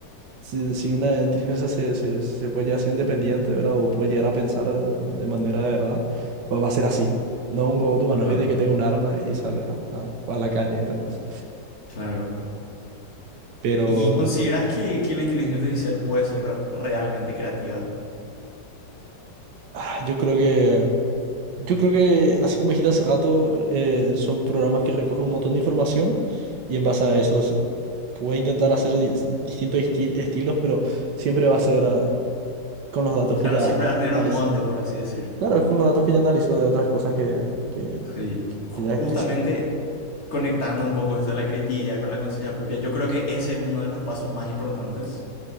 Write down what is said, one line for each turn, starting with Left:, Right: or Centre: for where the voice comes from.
Right: si, si una inteligencia se, se, se puede llegar a ser independiente, ¿verdad? O puede llegar a pensar eh, de manera de verdad, pues va a ser así. No un robot humanoide
Left: Ajá.
Right: que tenga un arma y salga a, a la calle, ¿entendés?
Left: claro.
Right: Pero
Left: ¿Y consideras que, que la inteligencia artificial puede ser realmente creativa?
Right: ah, yo creo que, yo creo que, así como dijiste hace rato, eh, son programas que recogen un montón de información y en base a eso s- puede intentar hacer dis- distintos esti- estilos, pero siempre va a ser ah, con los datos
Left: Claro,
Right: que ya
Left: siempre va a tener
Right: analizó.
Left: un molde, por así decir.
Right: Claro, es con los datos que ya analizó de otras cosas que, que,
Left: Sí,
Right: que-
Left: ju-
Right: que ya
Left: justamente
Right: existieron.
Left: Conectando un poco esto de la creatividad con la conciencia propia, yo creo que ese es uno de los pasos más importantes,